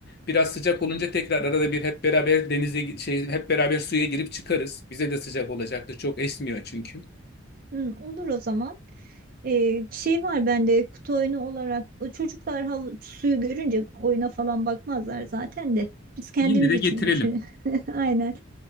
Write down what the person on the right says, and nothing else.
Hı, olur o zaman. Eee, şey var bende kutu oyunu olarak o çocuklar hav suyu görünce oyuna falan bakmazlar zaten de. Biz kendimiz
için
düşün. <laughs> Aynen.